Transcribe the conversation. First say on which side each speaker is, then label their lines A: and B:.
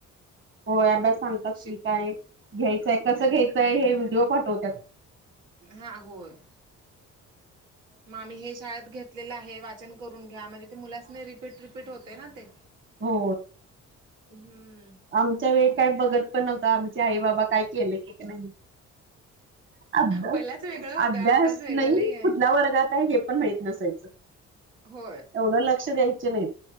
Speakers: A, on the right; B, on the right.
A: होय अभ्यास सांगतात की
B: शिक
A: काय घ्यायचंय कसं घ्यायचंय हे व्हिडिओ पाठवतात.
B: हा होय! मग आम्ही हे शाळेत घेतलेलं आहे, वाचन करून घ्या म्हणजे ते मुलासनी रिपीट रिपीट होते ना ते.
A: हो!
B: हम्म!
A: आमच्या वेळी काय बघत पण न्हवतं आमचे आई बाबा काय केले की का नाही. अभ
B: पहिलाच वेगळं होतं
A: अभ्यास
B: आताच वेगळं
A: नाही
B: लई आहे
A: कुठल्या वर्गात आहे हे पण माहित नसायचं.
B: होय!
A: एवढं लक्ष द्यायचे नाही,